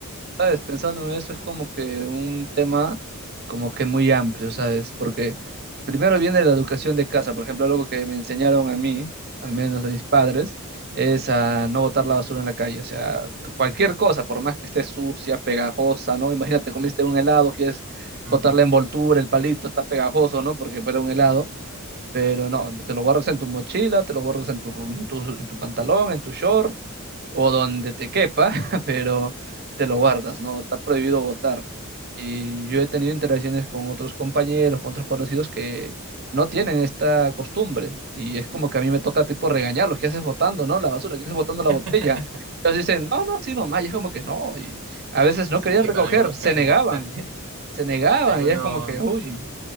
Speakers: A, on the right; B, on the right.
A: ¿Sabes? Pensando en eso es como que un tema como que muy amplio, ¿sabes? Porque primero viene la educación de casa, por ejemplo, algo que me enseñaron a mí, al menos a mis padres, es a no botar la basura en la calle, o sea, tu- cualquier cosa, por más que esté sucia, pegajosa, ¿no? Imagínate, comiste un helado, quieres botar
B: Ujú.
A: la envoltura, el palito, está pegajoso, ¿no? Porque era un helado, pero no, te lo guardas en tu mochila, te lo guardas en tu, ru- en tu, en tu pantalón, en tu short o donde te quepa, <laughs> pero te lo guardas, ¿no? Está prohibido votar. Y yo he tenido interacciones con otros compañeros, con otros conocidos que no tienen esta costumbre. Y es como que a mí me toca tipo regañarlos, ¿qué haces botando no? La basura, ¿qué haces botando la
B: <laughs>
A: botella? Entonces dicen, no, no, sí, nomás. Y es como que no. Y a veces no
B: Sí,
A: querían recoger,
B: y para algunos
A: se
B: caes
A: negaban,
B: anti- <laughs>
A: se negaban.
B: eh, algunos,
A: Y es como que, uy.